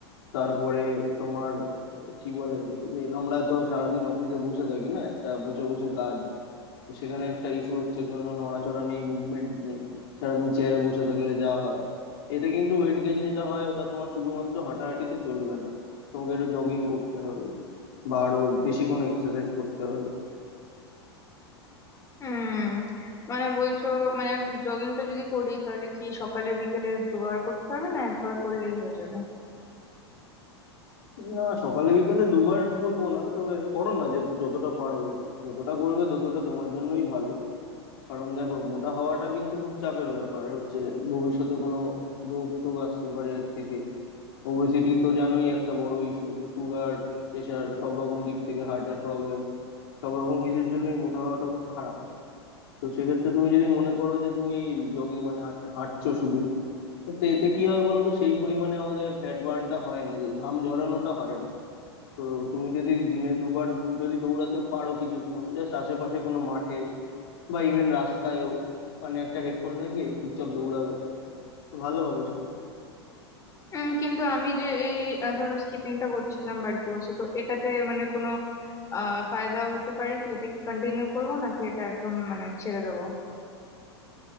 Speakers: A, on the left (about 60°); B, on the left (about 20°).
A: তারপরে তোমার আহ, কি বলে যে আমরা তো সারাদিন অফিসে বসে থাকি না একটা বসে বসে কাজ তো সেখানে একটা ইস্যু হচ্ছে কোনো নড়াচড়া নেই মুভমেন্ট নেই সারাদিন চেয়ারে বসে থাকলে যা হয় এতে কিন্তু ওয়েট গেইন যেটা হয় ওটা তোমার শুধুমাত্র হাঁটাহাঁটিতে চলবে না তোমাকে একটু জগিং করতে হবে বা আরো বেশি কোনো এক্সারসাইজ করতে হবে
B: উম মানে বলছো মানে জগিংটা যদি করি তাহলে কি সকালে বিকেলে দুবার করতে হবে না একবার করলেই হয়ে যাবে
A: না সকালে বিকেলে দুবার বলবো না তবে করো না যে যতটা পারো যতটা করবে ততটা তোমার জন্যই ভালো কারণ দেখো মোটা হওয়াটা কিন্তু খুব চাপের ব্যাপার হচ্ছে ভবিষ্যতে কোনো রোগ টোগ আসতে পারে এর থেকে ওবেসিটি তো জানোই একটা বড় ইস্যু সুগার প্রেশার সব রকম দিক থেকে হার্টের প্রবলেম সব রকম কিছুর জন্যই মোটা হওয়াটা খুব খারাপ তো সেক্ষেত্রে তুমি যদি মনে করো যে তুমি জগিং মানে হাঁট- হাঁটছো শুধু তো এতে কি হয় বলো তো সেই পরিমাণে আমাদের ফ্যাট বার্নটা হয় না যে ঘাম ঝরানোটা হয় না তো তুমি যদি দিনে দুবার যদি দৌড়াতে পারো কিছুক্ষণ জাস্ট আশেপাশে কোনো মাঠে বা ইভেন রাস্তায়ও মানে একটা হেডফোন লাগিয়ে চুপচাপ দৌড়াবে তো ভালো হবে সেটা
B: উম, কিন্তু আমি যে এই আহ, ধরো স্কিপিংটা করছিলাম বাড়িতে বসে তো এটাতে মানে কোনো আহ ফায়দা হতে পারে কি এটা কি কন্টিনিউ করবো নাকি এটা একদম মানে ছেড়ে দেবো